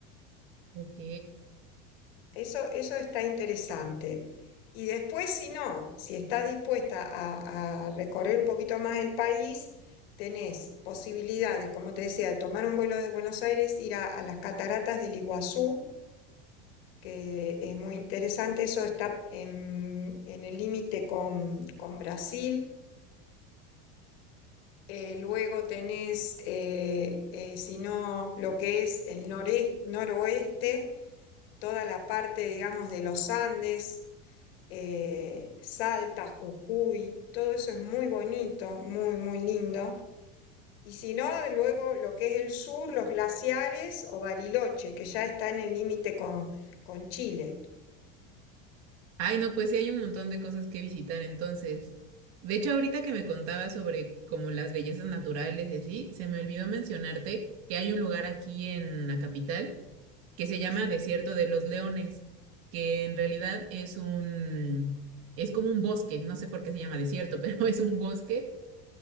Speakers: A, on the right; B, on the left.
A: Ok.
B: Eso, eso está interesante. Y después, si no, si estás dispuesta a, a recorrer un poquito más el país, tenés posibilidades, como te decía, de tomar un vuelo desde Buenos Aires, ir a, a las cataratas del Iguazú, que es muy interesante, eso está en, en el límite con, con Brasil. Eh, luego tenés, eh, eh, si no, lo que es el noreste, noroeste toda la parte, digamos, de los Andes, eh, Salta, Jujuy, todo eso es muy bonito, muy, muy lindo. Y si no, luego lo que es el sur, los glaciares o Bariloche, que ya está en el límite con, con Chile.
A: Ay, no, pues sí hay un montón de cosas que visitar entonces. De hecho, ahorita que me contabas sobre como las bellezas naturales y así, se me olvidó mencionarte que hay un lugar aquí en la capital que se llama
B: Sí.
A: Desierto de los Leones, que en realidad es un, es como un bosque, no sé por qué se llama desierto, <laughs> pero es un bosque